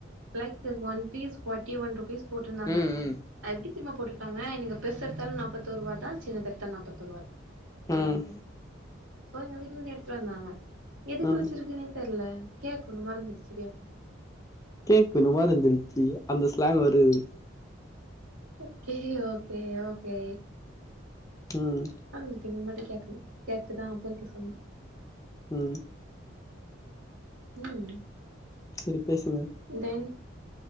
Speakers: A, on the right; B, on the left.
A: like one piece forty one rupees போட்ருந்தாங்க
B: ம்
A: அத் எப்டி தெரிமா போட்ருக்காங்க நீங்க பெர்சு எடுத்தாலு நாப்பத்தோருவாதா சின்னது எடுத்தாலு நாப்பத்தொருவா
B: ம்
A: சோ எங்க வீட்லர்ந்து எடுத்துட்டு வந்தாங்க எதுக்கு
B: ம்
A: வச்சிருக்குன்னே தெர்ல கேக்கணு மறந்துடுச்சு கேப்போ
B: கேக்குணு மறந்துருச்சி அந்த ஸ்லாங் வருது
A: ஓகே ஓகே ஓகே
B: ம்
A: மறந்துட்டீங்க அம்மாட்ட கேக்கணு கேட்டுதா பொறிக்க சொல்னு
B: ம்
A: ம்
B: செரி பேசுங்க
A: தென்